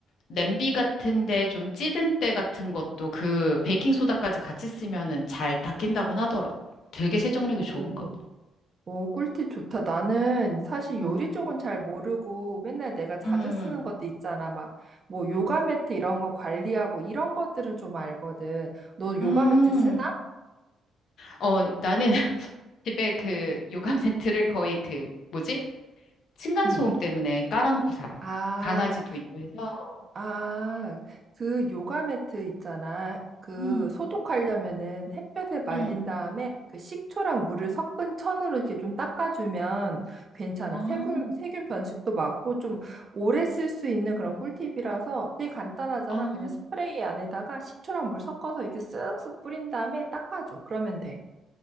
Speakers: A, on the left; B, on the right.
A: 냄비 같은데 좀 찌든 때 같은 것도 그 베이킹소다까지 같이 쓰면은 잘 닦인다곤 하더라고. 되게 세정력이
B: 오.
A: 좋은가 봐.
B: 오, 꿀팁 좋다. 나는 사실
A: 음,
B: 요리 쪽은 잘 모르고 맨날 내가 자주
A: 음,
B: 쓰는 것도 있잖아. 막, 뭐, 요가 매트 이런 거 관리하고 이런 것들은 좀 알거든. 너 요가
A: 음.
B: 매트 쓰나?
A: 어, 나는 <laughs> 집에 그 요강 매트를 거의 그, 뭐지? 층간소음
B: 응.
A: 때문에 깔아놓고 살아.
B: 아,
A: 강아지도 있고 해서.
B: 아, 그 요가 매트 있잖아. 그
A: 음,
B: 소독하려면은 햇볕에 말린
A: 음.
B: 다음에 그 식초랑 물을 섞은 천으로 이렇게 좀 닦아주면 괜찮아.
A: 아,
B: 세균, 세균 변식도 막고 좀 오래 쓸 수 있는 그런 꿀팁이라서 되게 간단하잖아.
A: 아.
B: 그냥 스프레이 안에다가 식초랑 물 섞어서 이렇게 쓱쓱 뿌린 다음에 닦아줘. 그러면 돼.